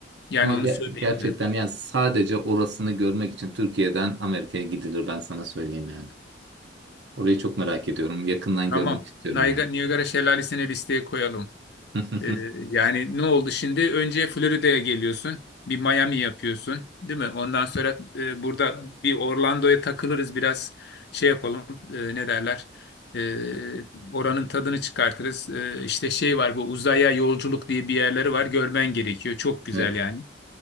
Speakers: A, on the left; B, on the right.
A: Yani
B: Ama
A: onu
B: ge-
A: söyleyebilirim.
B: gerçekten yani sadece orasını görmek için Türkiye'den Amerika'ya gidilir ben sana söyleyeyim yani. Orayı çok merak ediyorum. Yakından
A: Tamam.
B: görmek istiyorum
A: Niagara,
B: yani.
A: Niagara Şelalesi'ni listeye koyalım.
B: <laughs>
A: Ee, yani ne oldu şimdi? Önce Florida'ya geliyorsun. Bir Miami yapıyorsun, değil mi? Ondan sonra e, burada bir Orlando'ya takılırız biraz şey yapalım. e, ne derler? Ee, oranın tadını çıkartırız. Ee, işte şey var bu uzaya yolculuk diye bir yerleri var. Görmen gerekiyor. Çok güzel
B: Evet.
A: yani.